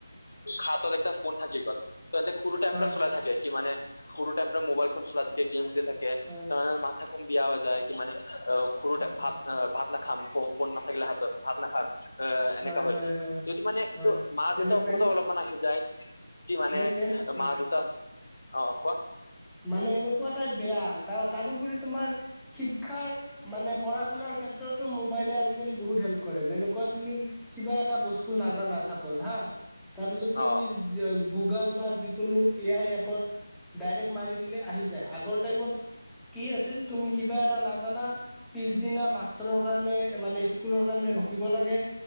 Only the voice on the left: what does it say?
হাতত একটা ফোন। থাকি গল, তেহেঁতে সৰু টাইম
পৰা চলাই থাকে কি মানে সৰু টাইম পৰাই মোবাইল ফোন চলাই থাকে, গেম খেলি থাক কে
তাৰমানে মাথা কোন বিয়া হৈ যায়, কি মানে অ সৰু
টাইম
ভাত আ ভাত নাখাম ফোন না নাথাকিলে হাতত ভাত নাখাম। এ এনেকা
হৈছে
যদি মানে এইটো
মা-দেউতাৰ
ওপৰতো
অলপমান আহি যায়। কি মানে
মা-দেউতা অ কোৱা?
অ